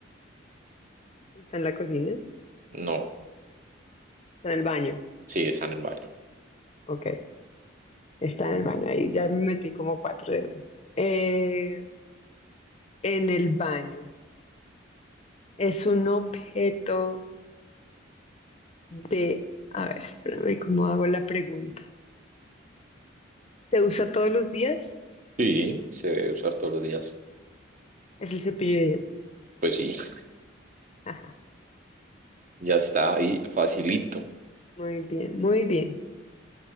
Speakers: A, on the left (about 30°); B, on the right (about 40°).
A: está en la cocina, está
B: No,
A: en el baño.
B: sí, está en el baño.
A: Ok, está en el baño. Ahí ya me metí como cuatro dedos. Eh, en el baño. Es un objeto de... A ver, espérame, ¿cómo hago la pregunta? ¿Se usa todos los días?
B: Sí, se debe usar todos los días.
A: Es el cepillo de dientes.
B: Pues sí, <laughs>
A: Ajá,
B: ya está ahí, facilito.
A: Muy bien, muy bien.